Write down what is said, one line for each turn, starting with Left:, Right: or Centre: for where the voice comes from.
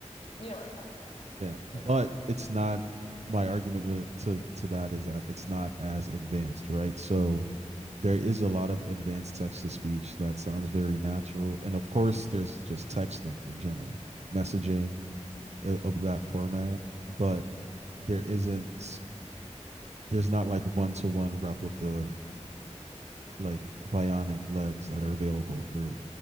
Left: You know what I'm talking about.
Right: Yeah.
Left: Like
Right: But it's not my argument with, to to that is that it's not as advanced, right? So there is a lot of advanced text to speech that sounds very natural. And of course, there's just texting in general, messaging, of that format, but there isn't there's not like one to one replica like bionic legs that are available for